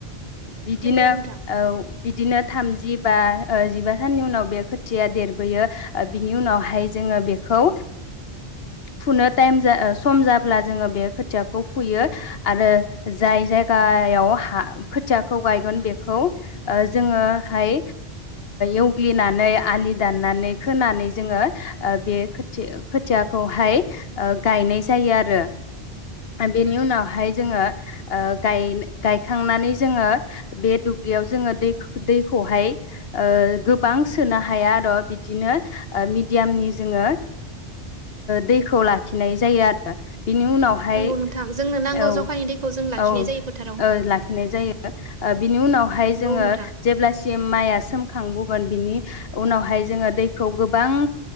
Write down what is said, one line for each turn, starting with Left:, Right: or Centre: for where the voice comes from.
Left: बिदिनो
Right: नोंगौ नोंथां
Left: औ बिदिनो थामजि। जिबा जिबा साननि उनाव बे खोथिया देरबोयो। बिनि उनावहाय जोङो बेखौ फुनो टाइम सम जाब्ला जोङो बे खोथियाखौ फुयो आरो जाय जायगा याव खोथियाखौ गायगोन बेखौ जोङोहाय एवग्लिनानै आलि दाननानै खोनानै जोङो बे खोथिया खोथियाखौहाय गायनाय जायो आरो। बेनि उनावहाय जोङो गाय गायखांनानै जोङो बे दुब्लियाव जोङो दै दैखौहाय ओ गोबां सोनो हाया आरो। बिदिनो मिडियामनि जोङो दैखौ लाखिनाय जायो आरो। बिनि उनावहाय
Right: नंगौ नोंथां जोंनो नांगौ
Left: औ
Right: जखानि दैखौ जों लाखिनाय
Left: औ
Right: जायो फोथार
Left: ओ लाखिनाय जायो। ओ बिनि उनावहाय
Right: नंगौ
Left: जोङो
Right: नोंथां
Left: जेब्लासिम माइया सोम खांबोगोन बिनि उनावहाय जोङो दैखौ गोबांओ